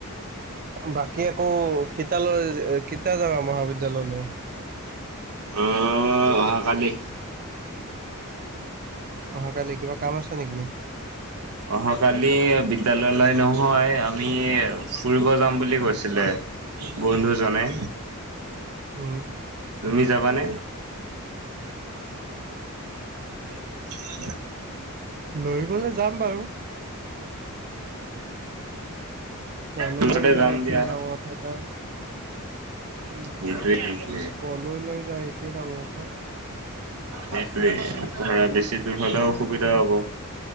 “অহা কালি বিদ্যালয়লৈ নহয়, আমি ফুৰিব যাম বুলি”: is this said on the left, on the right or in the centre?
Right